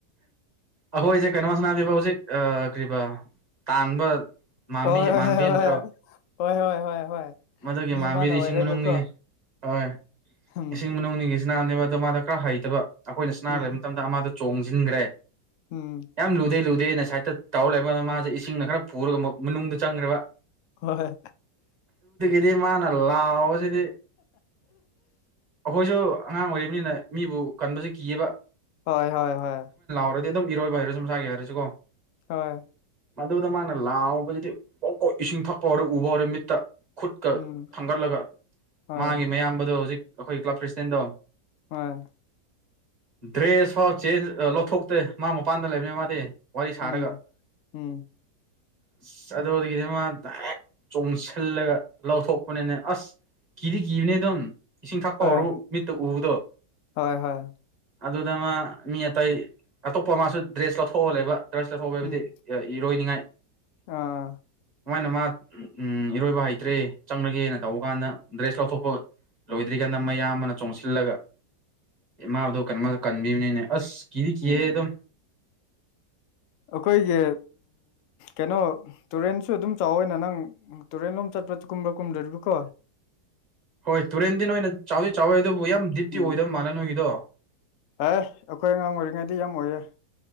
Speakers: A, on the right; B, on the left.
A: ꯑꯩꯈꯣꯏꯁꯦ ꯀꯩꯅꯣꯃꯁꯅꯥꯁꯤꯕ ꯍꯧꯖꯤꯛ ꯀꯔꯤꯕ ꯇꯥꯟꯕ ꯃꯝꯕꯤ
B: ꯍꯣꯏ ꯍꯣꯏ
A: ꯃꯥꯟꯕꯤ
B: ꯍꯣꯏ ꯍꯣꯏ
A: ꯅꯠꯇ꯭ꯔꯣ
B: ꯍꯣꯏ ꯍꯣꯏ ꯍꯣꯏ ꯍꯣꯏ
A: ꯃꯗꯨꯒꯤ
B: ꯃꯤ
A: ꯃꯝꯕꯤꯗꯤ
B: ꯑꯃꯅ ꯑꯣꯏꯔꯒꯀꯣ
A: ꯏꯁꯤꯡ ꯃꯅꯨꯡꯒꯤ ꯍꯣꯏ
B: ꯎꯝ
A: ꯏꯁꯤꯡ ꯃꯅꯨꯡ ꯅꯥꯅꯦꯕ ꯑꯣ ꯃꯥꯗ ꯈꯔ ꯍꯩꯇꯕ ꯑꯩꯈꯣꯏꯅ ꯆꯅꯥ
B: ꯎꯝ
A: ꯂꯩꯕ ꯃꯇꯝꯗ ꯃꯥꯗ ꯆꯣꯡꯁꯤꯟꯈ꯭ꯔꯦ
B: ꯎꯝ
A: ꯌꯥꯝꯝ ꯂꯨꯗꯦ ꯂꯨꯗꯦ ꯑꯦ ꯅ ꯁꯥꯏꯠꯇ ꯇꯥꯎꯔ ꯂꯩꯕꯗ ꯃꯥꯁꯦ ꯏꯁꯤꯡꯅ ꯈꯔ ꯄꯨꯔꯒ ꯃꯅꯨꯡꯗ ꯆꯪꯈ꯭ꯔꯦꯕ
B: ꯍ ꯍꯣꯏ
A: ꯍꯥꯏꯗꯤ ꯃꯥꯅ ꯂꯥꯎꯕꯁꯤꯗꯤ ꯑꯩꯈꯣꯏꯁꯨ ꯑꯉꯥꯡ ꯑꯣꯏꯔꯤꯕꯅꯤꯅ ꯃꯤꯕꯨ ꯀꯟꯕꯁꯦ ꯀꯤꯑꯕ
B: ꯍꯣꯏ ꯍꯣꯏ ꯍꯣꯏ
A: ꯍꯔꯗꯤ ꯑꯗꯨꯝ ꯏꯔꯣꯏꯕ ꯍꯥꯏꯔꯣ ꯁꯨꯝ ꯁ ꯁꯥꯒꯦ ꯍꯥꯏꯔꯁꯤꯀꯣ
B: ꯍꯣꯏ
A: ꯃꯗꯨꯗ ꯃꯥꯅ ꯂꯥꯎꯕꯕꯁꯤꯗꯤ ꯣꯛ ꯀꯣꯛ ꯏꯁꯤꯡ ꯊꯛꯄ ꯍꯧꯔ ꯎꯕ ꯍꯧꯔꯦ ꯃꯤꯠꯇ ꯈꯨꯠꯀ
B: ꯎꯝ
A: ꯊꯥꯡꯒꯠꯂꯒ
B: ꯍꯣꯏ
A: ꯃꯥꯒꯤ ꯃꯌꯥꯝꯕꯗꯣ ꯍꯧꯖꯤꯛ ꯑꯩꯈꯣꯏ ꯀ꯭ꯂꯕ ꯄ꯭ꯔꯁꯤꯗꯦꯟꯗꯣ
B: ꯑꯣꯏ
A: ꯗ꯭ꯔꯦꯁ ꯐꯥꯎ ꯆꯦꯟ ꯂꯧꯊꯣꯛꯇ꯭ꯔꯦ ꯃꯥ ꯃꯄꯥꯟꯗ ꯂꯩꯕꯅꯤ ꯃꯥꯗꯤ ꯋꯥꯔꯤ ꯁꯥꯔꯒ
B: ꯎꯝ ꯎꯝ
A: ꯑꯁ ꯑꯗꯨꯗꯒꯤꯗꯤ ꯃꯥ ꯗꯥꯏꯔꯦꯛ ꯆꯣꯡꯁꯤꯜꯂꯒ ꯂꯧꯊꯣꯛꯄꯅꯤꯅꯦ ꯑꯁ ꯀꯤꯗꯤ ꯀꯤꯕꯅꯦ ꯑꯗꯨꯝ ꯏꯁꯤꯡ ꯊꯛꯄ
B: ꯍꯣꯏ
A: ꯍꯧꯔꯔꯕ ꯃꯤꯠꯇ ꯎꯕꯗꯣ
B: ꯍꯣꯏ ꯍꯣꯏ
A: ꯑꯗꯨꯗ ꯃꯥ ꯃꯤ ꯑꯇꯩ ꯑꯇꯣꯞꯄ ꯃꯥꯁꯨ ꯗ꯭ꯔꯦꯁ ꯂꯧꯊꯣꯛꯍꯜꯂꯦꯕ ꯗ꯭ꯔꯁ ꯆ ꯊꯧꯕ ꯍꯥꯏꯕꯨꯗꯤ
B: ꯎꯝ
A: ꯏꯔꯣꯏꯅꯤꯉꯥꯏ
B: ꯑꯥ
A: ꯑꯗꯨꯃꯥꯏꯅ ꯃꯥ ꯎꯝ ꯎꯝ ꯏꯔꯣꯏꯕ ꯍꯩꯇ꯭ꯔꯦ ꯆꯪꯂꯒꯦꯅ ꯇꯧꯕ ꯀꯥꯟꯗ ꯗ꯭ꯔꯦꯁ ꯂꯧꯊꯣꯛꯄ ꯂꯣꯏꯗ꯭ꯔꯤ ꯀꯥꯟꯗ ꯃꯌꯥꯝꯕꯅ ꯆꯣꯡꯁꯤꯜꯂꯒ ꯏꯃꯥꯗ ꯀꯩꯅꯣꯃ ꯀꯟꯕꯤꯕꯅꯤꯅꯦ ꯑꯁ ꯀꯗꯤ ꯀꯍꯦ
B: ꯎꯝ
A: ꯑꯗꯨꯝ
B: ꯑꯩꯈꯣꯏꯒꯤ ꯀꯩꯅꯣ ꯇꯨꯔꯦꯟꯁꯨ ꯑꯗꯨꯝ ꯆꯥꯎꯋꯏꯅ ꯅꯪ ꯇꯨꯔꯦꯟ ꯂꯣꯝ ꯆ ꯣ ꯀꯨꯝꯕ꯭ꯔ ꯀꯨꯝꯔꯕꯤꯀꯣ
A: ꯍꯣꯏ ꯇꯨꯔꯦꯟꯗꯤꯤꯟ ꯑꯣꯏꯣꯏ ꯆꯥ ꯆꯥꯋ ꯗꯤꯞꯇꯤ
B: ꯎꯝ
A: ꯑꯣꯏꯗꯕ ꯃꯜꯂꯦ ꯅꯣꯏꯒꯤꯗꯣ
B: ꯑꯦ ꯑꯩꯈꯣꯏ ꯑꯉꯥꯡ ꯑꯣꯏꯔꯤꯉꯩꯗꯤ ꯌꯥꯝ ꯑꯣꯏꯌꯦꯦ